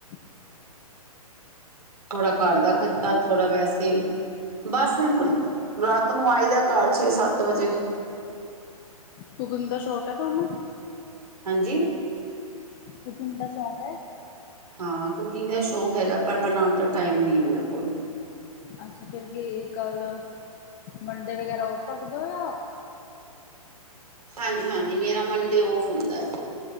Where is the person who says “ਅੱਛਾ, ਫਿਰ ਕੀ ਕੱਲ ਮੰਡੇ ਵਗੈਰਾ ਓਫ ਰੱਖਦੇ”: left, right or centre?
Left